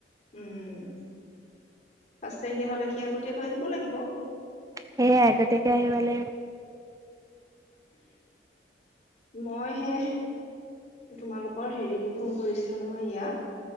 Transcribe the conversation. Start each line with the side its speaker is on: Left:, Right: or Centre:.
Left: উম। পাঁচ তাৰিখে হলে সি আগতীয়াকৈ আহিব লাগিব।
Right: সেয়াই আগতোকে আহিব লাগিব।
Left: মই সে তোমালোকৰ হেৰিকো ফোন কৰিছিলো নহয় ইয়াক।